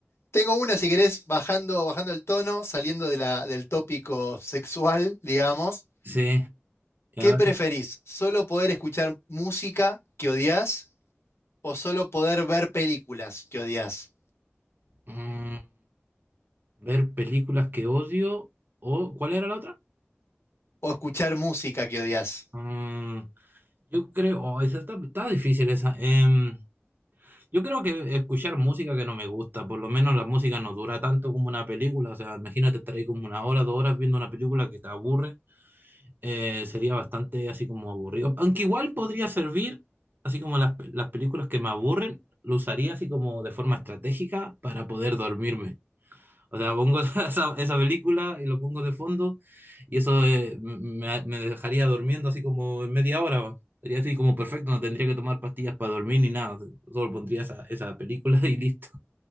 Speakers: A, on the left (about 70°); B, on the right (about 50°).
A: Tengo una, si querés, bajando, bajando el tono, saliendo de la, del tópico sexual, digamos.
B: Sí, ya.
A: ¿Qué preferís? ¿Solo poder escuchar música que odias o solo poder ver películas que odias?
B: Mm, ver películas que odio o, ¿cuál era la otra?
A: O escuchar música que odias.
B: Mm, Yo creo, oh, esa está, está difícil esa. Em, yo creo que escuchar música que no me gusta, por lo menos la música no dura tanto como una película, o sea, imagínate estar ahí como una hora, dos horas viendo una película que te aburre, eh, sería bastante así como aburrido. Aunque igual podría servir, así como las, las películas que me aburren, lo usaría así como de forma estratégica para poder dormirme. O sea, pongo <laughs> esa, esa película y lo pongo de fondo y eso eh, me, me dejaría durmiendo así como en media hora. weón. Sería así como perfecto, no tendría que tomar pastillas para dormir ni nada. Solo pondría esa, esa película <laughs> y listo.